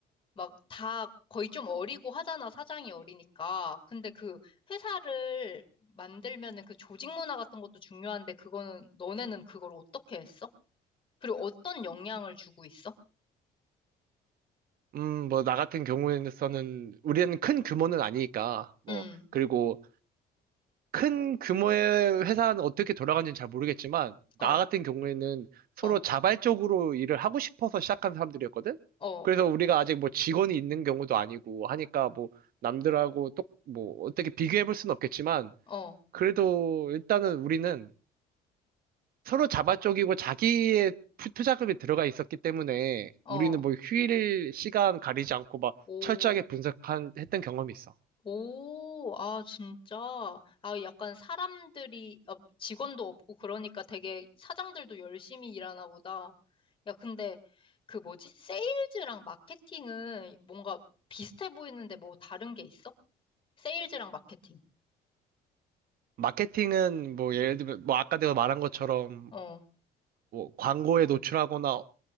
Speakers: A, on the left; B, on the right.
A: 막 다 거의 좀 어리고 하잖아, 사장이 어리니까. 근데 그 회사를 만들면은 그 조직 문화 같은 것도 중요한데, 그거는, 너네는 그걸 어떻게 했어? 그리고 어떤 영향을 주고 있어?
B: 음, 뭐 나 같은 경우에는 우리는 큰 규모는 아니니까 뭐
A: 음,
B: 그리고 큰 규모의 회사는 어떻게 돌아가는지는 잘 모르겠지만,
A: 어.
B: 나 같은 경우에는 서로
A: 어.
B: 자발적으로 일을 하고 싶어서 시작한 사람들이었거든?
A: 어,
B: 그래서 우리가 아직 뭐 직원이 있는 경우도 아니고 하니까 뭐 남들하고 똑, 뭐 어떻게 비교해 볼 수는 없겠지만,
A: 어,
B: 그래도 일단은 우리는 서로 자발적이고 자기의 투- 투자금이 들어가 있었기 때문에
A: 어.
B: 우리는 뭐 휴일 시간 가리지 않고 막
A: 오,
B: 철저하게 분석한, 했던 경험이 있어.
A: 오, 아, 진짜. 아, 약간 사람들이, 아, 직원도 없고 그러니까 되게 사장들도 열심히 일하나 보다. 야, 근데 그 뭐지? 세일즈랑 마케팅은 뭔가 비슷해 보이는데 뭐 다른 게 있어? 세일즈랑 마케팅.
B: 마케팅은 뭐 예를 들면 뭐 아까 내가 말한 것처럼
A: 어,
B: 뭐 광고에 노출하거나